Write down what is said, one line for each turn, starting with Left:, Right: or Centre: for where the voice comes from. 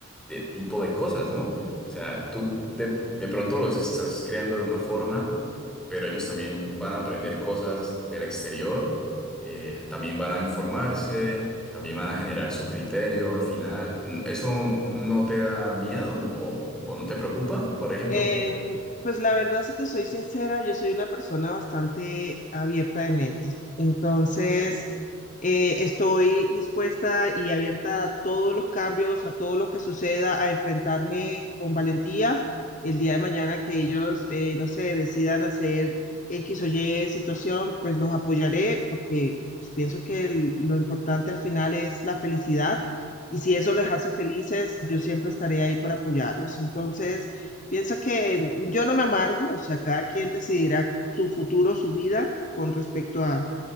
Centre: de tipo de cosas, ¿no? O sea, tú de, de pronto los estás creando de una forma, pero ellos también van a aprender cosas del exterior, eh, también van a informarse, también van a generar su criterio al final. Mm, ¿Eso no te da miedo o, o no te preocupa, por ejemplo?
Left: Em, pues la verdad, si te soy sincera, yo soy una persona bastante abierta de mente. Entonces,
Centre: Sí.
Left: eh, estoy dispuesta y abierta a todos los cambios, a todo lo que suceda, a enfrentarme con valentía el día de mañana que ellos, eh, no sé, decidan hacer X o Y situación, pues los apoyaré porque pues, pienso que el- lo importante al final es la felicidad y si eso les hace felices, yo siempre estaré ahí para apoyarlos. Entonces... Pienso que yo no me amargo, o sea, cada quien decidirá su futuro, su vida con respecto a,